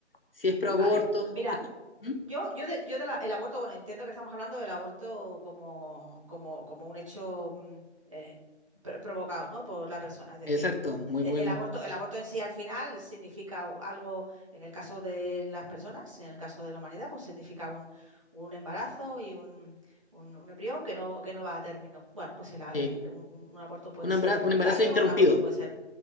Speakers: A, on the left (about 50°); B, on the right (about 25°).
A: si es pro aborto.
B: Vale. Mira,
A: Ujú,
B: Yo, yo, de- yo de la- el aborto, bueno, entiendo que estamos hablando del aborto como, como, como un hecho mm, eh, pro- provocado, ¿no? por la persona. Es decir,
A: Exacto,
B: mm,
A: muy
B: e-
A: buen...
B: el aborto, el aborto en sí al final significa o- algo, en el caso de las personas, en el caso de la humanidad, pues significa un, un embarazo y un, un- un embrión que no, que no va a término. Bueno, pues el a-
A: sí.
B: el- un, un aborto puede
A: Un
B: ser
A: embarazo,
B: espontáneo,
A: un embarazo interrumpido.
B: un aborto puede ser